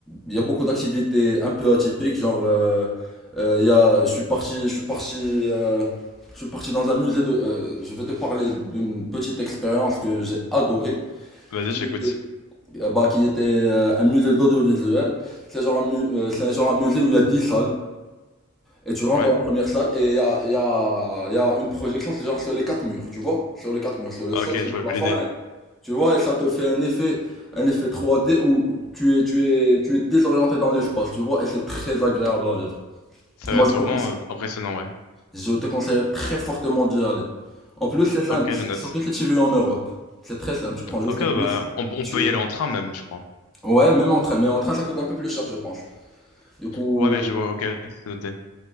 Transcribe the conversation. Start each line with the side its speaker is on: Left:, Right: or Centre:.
Centre: il y a beaucoup d'activités un peu atypiques, genre euh, euh, il y a je suis parti je suis parti euh, je suis parti dans un musée de euh, je vais te parler d'une petite expérience que j'ai adorée
Left: Vas-y,
Centre: qui
Left: j'écoute.
Centre: était euh, bah qui était euh, un musée de l'audiovisuel. C'est genre un mu- euh, c'est un genre un musée où il y a 10 salles et tu rentres
Left: Ouais.
Centre: dans la première salle et il y a il y a il y a une projection c'est genre sur les quatre murs, tu vois? Sur les quatre murs, sur le
Left: Ok,
Centre: sol, sur
Left: je
Centre: le
Left: vois
Centre: plafond.
Left: l'idée.
Centre: Tu vois, et ça te fait un effet, un effet 3D où tu es, tu es, tu es désorienté dans l'espace, tu vois, et c'est très agréable à vivre.
Left: Ça
Centre: Moi,
Left: va être
Centre: je te
Left: vraiment
Centre: conseille,
Left: euh, impressionnant, ouais.
Centre: je te conseille très fortement d'y aller. En plus, c'est simple,
Left: Ok, je
Centre: si-
Left: note.
Centre: surtout si tu vis en Europe. C'est très simple, tu prends juste
Left: Ok,
Centre: un
Left: bah,
Centre: bus,
Left: on, on
Centre: tu
Left: peut y
Centre: es.
Left: aller en train même, je crois.
Centre: Ouais, même en train, mais en train, ça coûte un peu plus cher, je pense. Du coup,
Left: Ouais, mais je vois, ok, c'est noté.